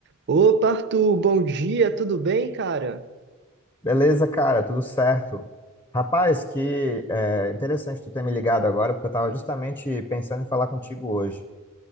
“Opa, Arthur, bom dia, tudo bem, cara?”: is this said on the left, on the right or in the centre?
Right